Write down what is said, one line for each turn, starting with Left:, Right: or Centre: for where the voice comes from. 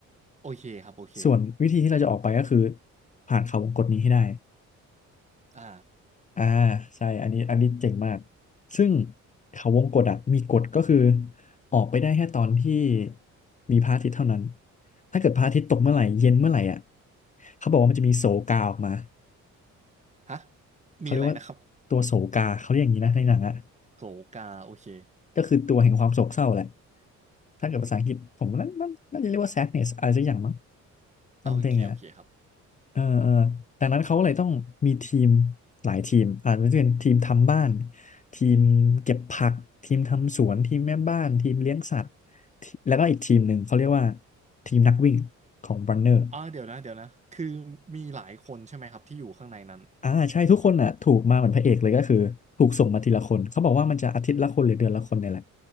Right: โอเคครับโอเค
Left: ส่วนวิธีที่เราจะออกไปก็คือผ่านเขาวงกตนี้ให้ได้
Right: อ่า
Left: อ่าใช่อันนี้อันนี้เจ๋งมากซึ่งเขาวงกตอ่ะมีกฎก็คือออกไปได้แค่ตอนที่มีพระอาทิตย์เท่านั้นถ้าเกิดพระอาทิตย์ตกเมื่อไหร่เย็นเมื่อไหร่อ่ะ
Right: เอา
Left: เขาบอกว่ามันจะมีโศกาออกมา
Right: ฮะ
Left: เขาเรียกว่า
Right: มีอะไรนะครับ
Left: ตัวโศกาเขาเรียกอย่างนี้นะในหนังอ่ะ
Right: โสกาโอเค
Left: ก็คือตัวแห่งความโศกเศร้าแหละ ถ้าเกิดภาษาอังกฤษผมน่าน่าน่าจะเรียกว่า sadness อะไรสักอย่างมั้ง
Right: เอาโอเคโอเคครับ
Left: something อ่ะเออเออดังนั้นเขาเลยต้องมีทีมหลายทีม อาจจะเป็นทีมทำบ้าน ทีมเก็บผัก ทีมทำสวน ทีมแม่บ้าน ทีมเลี้ยงสัตว์ทีแล้วก็อีกทีมหนึ่งเขาเรียกว่าทีมนักวิ่งของ runner
Right: อ่าเดี๋ยวนะเดี๋ยวนะคือมีหลายคนใช่ไหมครับที่อยู่ข้างในนั้น
Left: อ่าใช่ทุกคนอ่ะถูกมาเหมือนพระเอกเลยก็คือถูกส่งมาทีละคนเขาบอกว่ามันจะอาทิตย์ละคนหรือเดือนละคนเนี่ยแหละ